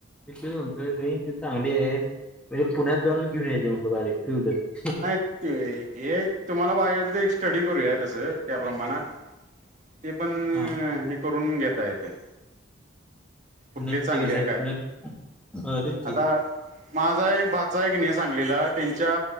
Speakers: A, in the centre; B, on the right.
A: मी तेच म्हणतोय रेंज. चांगली आहे म्हणजे पुण्यात जाऊन घेऊन यायची म्हणतोय गाडी टू व्हीलर
B: नाही ते एक तुम्हाला पाहिजेल तर एक स्टडी करूया तसं. त्या प्रमाणात ते पण
A: हा
B: हे करून घेता येतंय.
A: पुण्यात
B: कुठली चांगली
A: ते कसं
B: आहे काय
A: पुण्यात अ, तेच की
B: आता माझा एक भाचा आहे कनि सांगलीला त्यांच्या